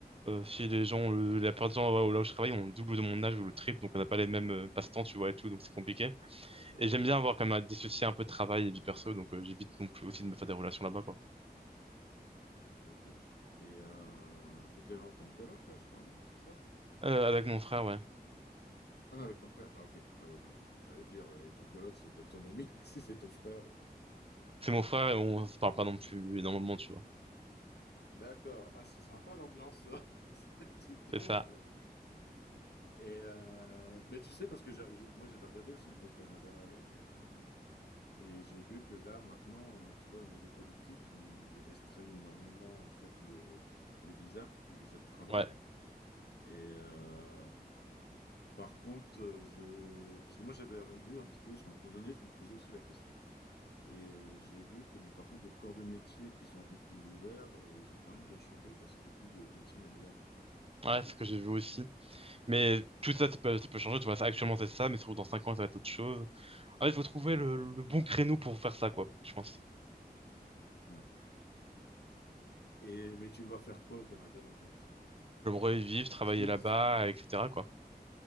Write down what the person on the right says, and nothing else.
Euh, si les gens, euh, la plupart des gens ouais, là où je travaille, ont le double de mon âge ou le triple, donc on n'a pas les mêmes euh, passe-temps, tu vois, et tout, donc c'est compliqué.
Et j'aime bien avoir
quand même à dissocier un peu travail et vie perso, donc euh, j'évite non plus aussi de me faire des relations là-bas, quoi.
Euh, avec mon frère, ouais.
C'est mon frère et on se parle pas non plus énormément, tu vois.
C'est
ça,
ouais.
Ouais, c'est ce que j'ai vu aussi. Mais tout ça, ça peut, ça peut changer, tu vois. Ça, Actuellement, c'est ça, mais surtout dans 5 ans, ça va être autre chose. Ah, il faut trouver le, le bon créneau pour faire ça, quoi, je pense.
J'aimerais vivre, travailler
là-bas,
etc., quoi.